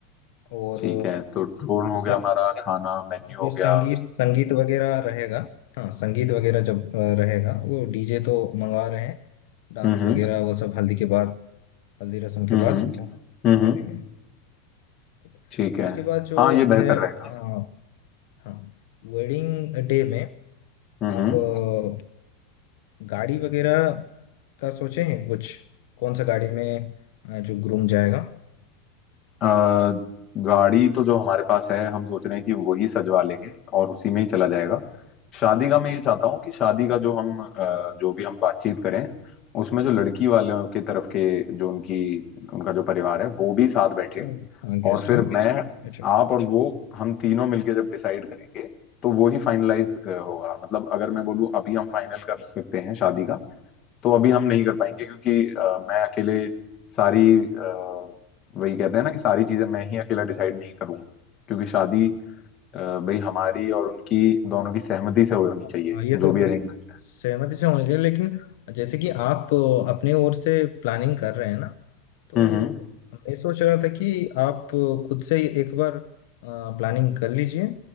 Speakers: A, on the left (about 60°); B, on the left (about 20°).
A: और
B: ठीक है तो ड्रोन हो
A: अ, सा-
B: गया हमारा खाना मेन्यू
A: जो
B: हो गया
A: संगीत संगीत वगैरह रहेगा हाँ संगीत वगैरह जब अ, रहेगा वो डीजे तो मंगवा रहे हैं डांस
B: हम्म
A: वगैरह वो सब हल्दी के बाद हल्दी रस्म के
B: हम्म
A: बाद
B: हम्म
A: वो
B: हम्म
A: कर
B: हम्म,
A: लेंगे ठीक है
B: ठीक है
A: उसके बाद जो
B: हाँ ये
A: है
B: बेहतर रहेगा
A: अ, हाँ वेडिंग डे में
B: हम्म
A: आप
B: हम्म
A: अ, गाड़ी वगैरह का सोचे हैं कुछ कौन सा गाड़ी में अ, जो ग्रूम जाएगा
B: अ, गाड़ी तो जो हमारे पास है हम सोच रहे हैं कि वही सजवा लेंगे और उसी में ही चला जाएगा शादी का मैं ये चाहता हूँ कि शादी का जो हम अ, जो भी हम बातचीत करें उसमें जो लड़की वालों की तरफ के जो उनकी उनका जो परिवार है वो भी साथ बैठे
A: हाँ गेस्ट हाँ
B: और
A: guest,
B: फिर
A: हाँ?
B: मैं
A: अच्छा
B: आप और वो हम तीनों मिलके जब डिसाइड करेंगे तो वो ही फाइनलाइज होगा मतलब अगर मैं बोलूँ अभी हम फाइनल कर सकते हैं शादी का तो अभी हम नहीं कर पाएंगे क्योंकि अ, मैं अकेले सारी अ, वही कहते हैं ना कि सारी चीजें मैं ही अकेला डिसाइड नहीं करूंगा क्योंकि शादी अ, भाई हमारी और उनकी दोनों की सहमति से होनी
A: हाँ,
B: चाहिए
A: ये
B: जो
A: तो
B: भी अरेंजमेंट्स हैं
A: सहमति से होनी चाहिए लेकिन जैसे कि आप अ, अपने ओर से प्लानिंग कर रहे हैं ना तो
B: हम्म
A: मैं सोच रहा था कि आप अ, खुद से ही एक बार प्लानिंग कर लीजिए